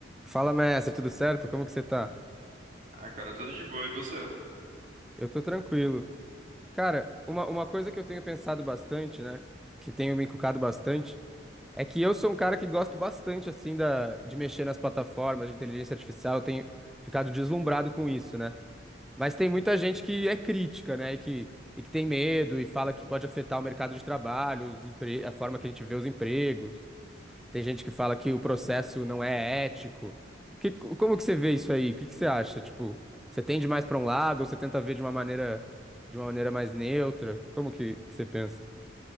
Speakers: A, in the centre; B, on the right.
A: Fala, mestre, tudo certo? Como que você tá?
B: Ah, cara, tudo de boa. E você?
A: Eu tô tranquilo. Cara, uma, uma coisa que eu tenho pensado bastante, né? Que tenho me encucado bastante, é que eu sou um cara que gosto bastante, assim, da, de mexer nas plataformas de inteligência artificial. Eu tenho ficado deslumbrado com isso, né? Mas tem muita gente que é crítica, né? E que, e que tem medo e fala que pode afetar o mercado de trabalho, os empre... a forma que a gente vê os empregos. Tem gente que fala que o processo não é ético. Que, como que você vê isso aí? O que que você acha? Tipo, você tende mais pra um lado ou você tenta ver de uma maneira, de uma maneira mais neutra? Como que, que você pensa?